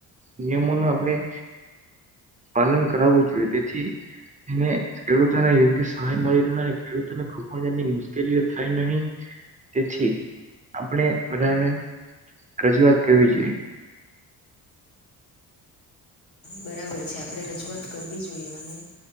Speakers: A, on the right; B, on the left.
A: નિયમો ન આપણેે પાલન કરાવવું જોઈએ તેથી એને ખેડૂતોને યોગ્ય સહાય મળી રહ્યો અને ખેડૂતોને કોપણ જાતની મુશ્કેલીઓ થાય નહી તેથી આપણે બધાને રજૂઆત કરવી જોઈએ.
B: બરાબર છે આપણે રજૂઆત કરવી જોઈએ અને